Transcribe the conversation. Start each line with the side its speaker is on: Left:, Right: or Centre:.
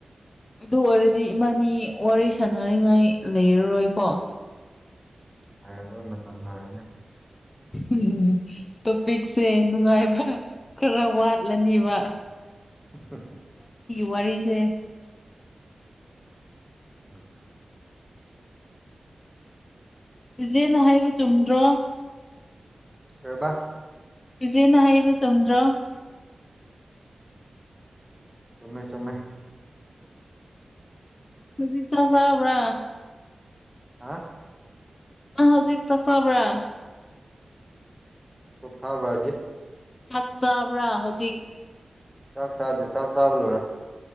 Left: ꯑꯗꯨ ꯑꯣꯏꯔꯗꯤ ꯏꯃꯥꯅꯤ ꯋꯥꯔꯤ ꯁꯥꯟꯅꯔꯤꯉꯥꯏ ꯂꯩꯔꯔꯣꯏꯀꯣ
Centre: ꯍꯥꯏꯔꯔꯣꯏ ꯃꯇꯝ ꯂꯣꯏꯔꯅꯦ
Left: ꯎꯝ ꯇꯣꯄꯤꯛꯁꯦ ꯅꯨꯡꯉꯥꯏꯕ ꯈꯔ ꯋꯥꯠꯂꯅꯦꯕ
Centre: <inaudible>
Left: ꯋꯥꯔꯤꯔꯤꯁꯦ
Centre: ꯍꯣꯏ
Left: ꯆꯤꯆꯦꯅ ꯍꯥꯏꯕ ꯆꯨꯝꯗ꯭ꯔꯣ
Centre: ꯔꯕꯥ
Left: ꯆꯨꯆꯦꯅ ꯍꯥꯏꯕ ꯆꯨꯝꯗ꯭ꯔꯣ
Centre: ꯆꯨꯝꯃꯦ ꯆꯨꯝꯃꯦ
Left: ꯍꯧꯖꯤ ꯆ ꯆꯕ꯭ꯔꯥ
Centre: ꯍꯥ
Left: ꯅꯪ ꯍꯧꯖꯤꯛ ꯆꯠꯈꯕ꯭ꯔꯥ
Centre: ꯁ ꯊꯥꯕꯒꯦ
Left: ꯆꯥꯛ ꯆꯥꯕ꯭ꯔꯥ ꯍꯧꯖꯤꯛ
Centre: ꯆꯪ ꯁꯥꯗꯦ ꯆꯪ ꯆꯕ ꯂꯣꯔ